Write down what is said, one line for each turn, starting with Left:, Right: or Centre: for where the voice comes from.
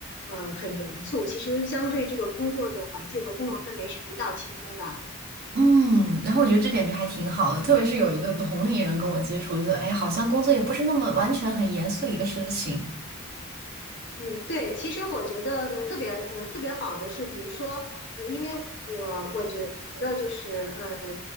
Left: 呃很严肃。其实相对这个工作的环境和工作氛围是比较轻松的，
Right: 嗯，然后我觉得这点就还挺好的，特别是有一个同龄人跟我接触，我觉得哎，好像工作也不是那么完全很严肃的一个事情
Left: 嗯，对，其实我觉得呃特别呃特别好的是，比如说呃，因为我我觉得就是呃呃，